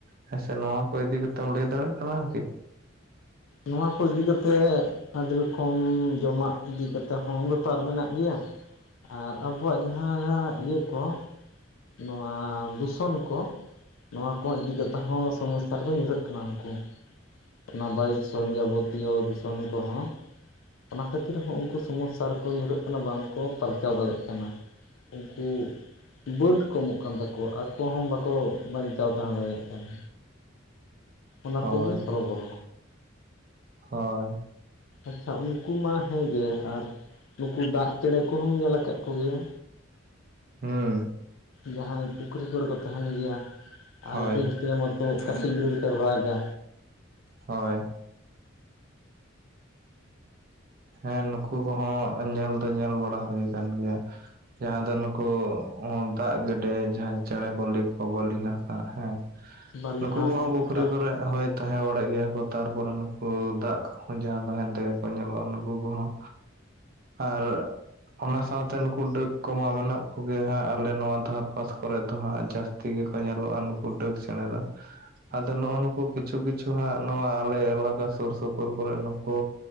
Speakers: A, on the right; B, on the left.
A: ᱦᱮᱸᱥᱮ ᱱᱚᱣᱟ ᱠᱚ ᱤᱫᱤ ᱠᱟᱛᱮᱫ ᱮᱢ ᱞᱟᱹᱭ ᱫᱟᱲᱮᱭᱟᱜ ᱛᱟᱞᱟᱝᱟ ᱠᱤ?
B: ᱱᱚᱣᱟ ᱠᱚ ᱤᱫᱤ ᱠᱟᱛᱮᱫ, ᱟᱹᱰᱤ ᱨᱚᱠᱚᱢ ᱡᱚᱢᱟᱜ ᱤᱫᱤ ᱠᱟᱛᱮᱫ ᱦᱚᱸ ᱵᱮᱯᱟᱨ ᱢᱮᱱᱟᱜ ᱜᱮᱭᱟ᱾ ᱟᱨ ᱟᱵᱚᱣᱟᱜ ᱡᱟᱦᱟᱸ ᱦᱟᱸᱜ ᱤᱭᱟᱹ ᱠᱚ, ᱱᱚᱣᱟ ᱫᱩᱥᱚᱱ ᱠᱚ, ᱱᱚᱣᱟ ᱠᱚ ᱤᱫᱤ ᱠᱟᱛᱮ ᱦᱚᱸ ᱥᱚᱢᱚᱥᱥᱟ᱾ ᱠᱚ ᱧᱩᱨᱦᱟᱹᱜ ᱠᱟᱱᱟ ᱩᱱᱠᱩ, ᱚᱱᱟ ᱵᱟᱭᱩᱥᱚᱱ ᱡᱟᱵᱚᱛᱤᱭᱚ ᱫᱩᱥᱚᱱ ᱠᱚᱦᱚᱸ, ᱚᱱᱟ ᱠᱷᱟᱹᱛᱤᱨ ᱦᱚᱸ ᱩᱱᱠᱩ ᱥᱚᱢᱚᱥᱥᱟ ᱨᱮᱠᱚ ᱧᱩᱨᱦᱟᱹᱜ ᱠᱟᱱᱟ ᱵᱟᱝᱠᱚ ᱯᱟᱨᱪᱟᱣ ᱫᱟᱲᱮᱭᱟᱜ ᱠᱟᱱᱟ᱾ ᱩᱱᱠᱩ, ᱵᱟᱹᱛ ᱠᱚᱢᱚᱜ ᱠᱟᱱ ᱛᱟᱠᱚᱣᱟ ᱟᱠᱚ ᱦᱚᱸ ᱵᱟᱠᱚ ᱵᱟᱧᱪᱟᱣ ᱛᱟᱦᱮᱸ ᱫᱟᱲᱮᱭᱟᱜ ᱠᱟᱱᱟ᱾ ᱚᱱᱟ
A: ᱦᱳᱭ
B: ᱛᱮᱜᱮ ᱦᱚᱨᱚ, ᱵᱚᱨᱚ,
A: ᱦᱳᱭ
B: ᱟᱪᱪᱷᱟ ᱩᱱᱠᱩ ᱢᱟ ᱦᱮᱸᱜᱮ ᱟᱨ ᱱᱩᱠᱩ ᱫᱟᱜᱼᱼ ᱪᱮᱬᱮ ᱠᱚᱦᱚᱸᱢ ᱧᱮᱞ ᱟᱠᱟᱫ ᱠᱚᱜᱮᱭᱟ?
A: ᱦᱩᱸ
B: ᱡᱟᱦᱟᱸᱭ ᱯᱩᱠᱷᱨᱤ ᱠᱚᱨᱮ ᱠᱚ ᱛᱟᱦᱮᱱ ᱜᱮᱭᱟ
A: ᱦᱳᱭ
B: ᱟᱨ ᱵᱤᱧ ᱴᱮᱭᱚᱝ ᱟᱛᱮᱫ ᱠᱟᱹᱴᱤᱡ ᱜᱤᱫᱨᱟᱹ ᱞᱮᱠᱟ ᱠᱚ ᱨᱟᱜᱟ᱾
A: ᱦᱳᱭ ᱦᱮᱸ ᱱᱩᱠᱩ ᱠᱚᱦᱚᱸ ᱧᱮᱞ ᱫᱚ ᱧᱮᱞ ᱵᱟᱲᱟ ᱦᱩᱭ ᱟᱠᱟᱱ ᱜᱮᱭᱟ᱾ ᱡᱟᱦᱟᱸ ᱫᱚ ᱱᱩᱠᱩ ᱫᱟᱜ ᱜᱮᱰᱮ ᱡᱟᱦᱟᱱ ᱪᱮᱬᱮ ᱠᱚ ᱞᱤᱧ ᱠᱚ ᱵᱚ ᱞᱤᱝ ᱦᱟᱸᱜ ᱦᱮᱸ
B: ᱵᱟᱹᱞᱤ
A: ᱱᱩᱠᱩ
B: ᱦᱟᱸᱥ
A: ᱠᱚᱦᱚᱸ ᱯᱩᱠᱷᱨᱤ
B: ᱥᱟᱵ
A: ᱠᱚᱨᱮᱼᱼ ᱦᱳᱭ ᱛᱟᱦᱮᱸ ᱵᱟᱲᱟᱜ ᱜᱮᱭᱟ ᱠᱚ ᱛᱟᱨᱯᱚᱨᱮ ᱱᱩᱠᱩ ᱫᱟᱜ ᱠᱚᱦᱚᱸ ᱡᱟᱦᱟᱸ ᱫᱚ ᱦᱮᱸᱫᱮ ᱜᱮ ᱠᱚ ᱧᱮᱞᱚᱜᱼᱟ ᱱᱩᱠᱩᱼᱼ ᱩᱱᱠᱩ ᱠᱚᱦᱚᱸ ᱟᱨ ᱚᱱᱟ ᱥᱟᱶᱛᱮ ᱱᱩᱠᱩ ᱰᱟᱹᱠ ᱠᱚᱢᱟ ᱢᱮᱱᱟᱜ ᱠᱚᱜᱮᱭᱟ ᱦᱟᱸᱜ ᱟᱞᱮ ᱱᱚᱣᱟ ᱫᱷᱟᱨ ᱯᱟᱥ ᱠᱚᱨᱮ ᱫᱚ ᱦᱟᱸᱜ ᱡᱟᱹᱥᱛᱤᱼᱼ ᱛᱮᱜᱮ ᱠᱚ ᱧᱮᱞᱚᱜᱼᱟ ᱱᱩᱠᱩ ᱰᱟᱹᱠ ᱪᱮᱬᱮ ᱫᱚ᱾ ᱟᱫᱚ ᱱᱚᱜᱼᱚ ᱱᱩᱠᱩ ᱠᱤᱪᱷᱩ ᱠᱤᱪᱷᱩ ᱦᱟᱸᱜ ᱱᱚᱣᱟ ᱟᱞᱮ ᱮᱞᱟᱠᱟ ᱥᱩᱨ ᱥᱩᱯᱩᱨ ᱠᱚᱨᱮ ᱱᱩᱠᱩᱼᱼ